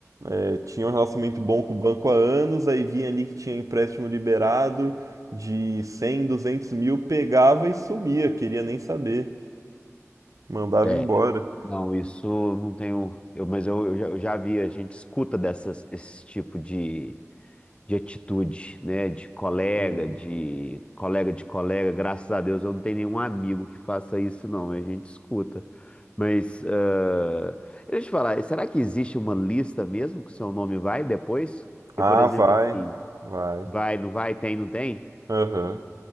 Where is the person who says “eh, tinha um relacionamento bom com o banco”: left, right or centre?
Right